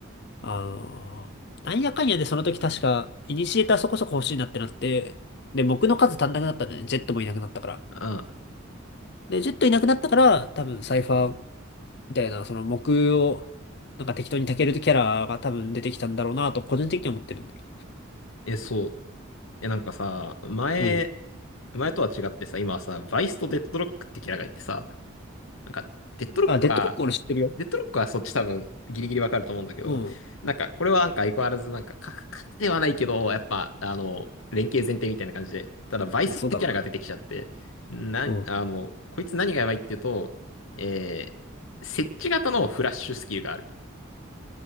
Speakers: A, on the left; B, on the left.
A: あの、なんやかんやでその時確か、イニシエーターそこそこ欲しいなってなって、で、木の数足んなくなったんだよね。ジェットもいなくなったから。
B: ああ、
A: で、ジェットいなくなったから、多分サイファーみたいな、その木を、なんか適当に炊けるキャラが多分出てきたんだろうなと、個人的には思ってるんだけ
B: え、そう。え、なんかさ、前、
A: ど。うん。
B: 前とは違ってさ、今はさ、バイスとデッドロックってキャラがいてさ、なんか、デッドロックは
A: あ、デッドロック俺知ってるよ。
B: デッドロックはそっち多分ギリギリわかると思うんだけど、
A: うん。
B: なんかこれはなんか相変わらずなんかカクではないけど、やっぱあの、連携前提みたいな感じで、ただバイスってキャラが出てきちゃって、
A: まあそうだろうな。
B: な、
A: うん。
B: あの、こいつ何がやばいっていうと、えー、設置型のフラッシュスキルがある。